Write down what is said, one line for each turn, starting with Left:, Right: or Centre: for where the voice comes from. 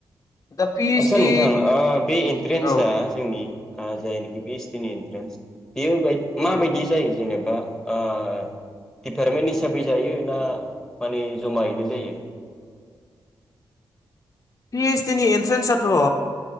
Left: दा पि ओइस
Centre: आस्सा
Left: डि
Centre: नोंथां आ बे एन्ट्रेन्सआ
Left: औ
Centre: जोंनि ओ जायनोखि पि एस डि नि एन्ट्रेन्स बेयो
Left: पि
Centre: माबायदि जायो जेने बा आ डिपार्टमेन्ट हिसाबै जायो ना माने जमायैनो जायो?
Left: पि एस डि नि एनट्रेन्साथ' ओ